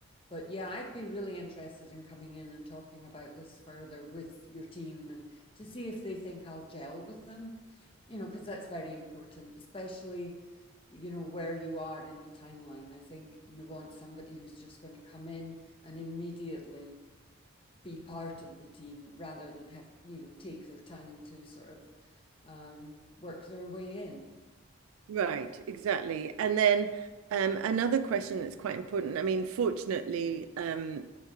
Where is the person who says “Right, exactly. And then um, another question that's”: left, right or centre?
Right